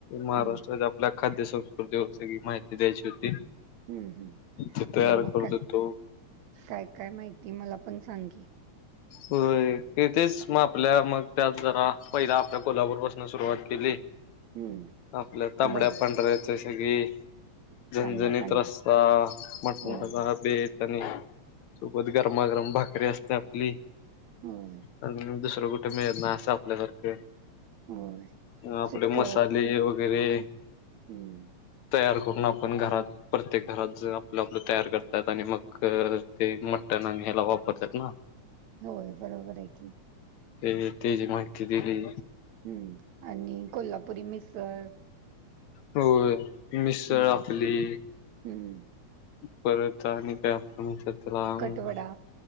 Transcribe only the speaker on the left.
महाराष्ट्राच्या
आपल्या. खाद्य संस्कृती व सगळी माहिती द्यायची होती
ते तयार
करत
होतो.
व्हयं तेथेच म आपल्या, मग त्यात जरा पहिला आपल्या कोल्हापूर पासन सुरुवात केली.
आपल्या तांबड्या
पांढऱच्या सगी झनझणीत
रस्ता मटणाचा
जरा बेत सोबत गरमागरम भाकरी असते आपली.
आणि दुसरं कुठ मिळत ना असं आपल्यासारखं.
आपले
मसाले वगैरे.
तयार करु ना आपण घरात प्रत्येक घरात ज आपलं आपलं तयार करतात आणि मग ते मटण आणि ह्याला वाप करतात ना.
ते ती जी माहिती दिली.
होय मिसळ
आपली
परत <unintelligible>